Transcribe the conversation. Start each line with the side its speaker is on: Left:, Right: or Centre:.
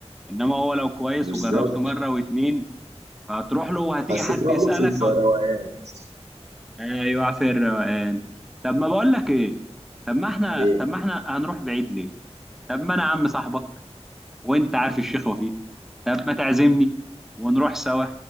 Centre: انما هو لو كويس
Right: بالظبط
Centre: وجربته مره واتنين فهتروح له وهتيجي
Right: بس
Centre: حد
Right: تروح
Centre: يسالك
Right: له في الفروقان
Centre: يقول-
Right: بس
Centre: ايوه في الروقان طب ما بقول لك ايه طب ما احنا
Right: ايه
Centre: طب ما احنا هنروح بعيد ليه طب ما انا عم صاحبك وانت عارف الشيخ وفيق طب ما تعزمني ونروح سوا